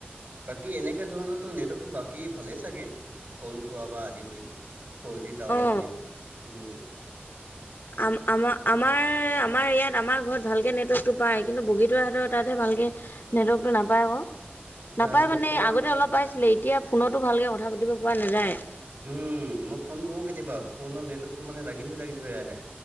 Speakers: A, on the right; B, on the left.
A: বাকী এনেকে তোমালোকৰ নেটৱৰ্কতটো বাকী ভালেই চাগে ফোন কোৱা বা আদি কৰি। ফৰ জি টাৱাৰ
B: অ অ
A: হ'লেও উমঁ।
B: আমাৰ আমাৰ ইয়াত আমাৰ ঘৰত ভালকে নেটৱৰ্কটো পায় কিন্তু বগীতৰ হেতৰ তা'ত হে- ভালকে নেটৱৰ্কটো নাপায় আকৌ।
A: তালৈকে
B: নাপায় মানে
A: অকমান
B: আগতে অলপ পাইছিলে এতিয়া ফোনতো ভালকে কথা পাতিব পৰা নাযায়।
A: উম, মই ফোন কৰোঁ কেতিয়াবা ফোনত নেটৱৰ্কটো মানে লাগি ধৰি লাগি ধৰি আহে।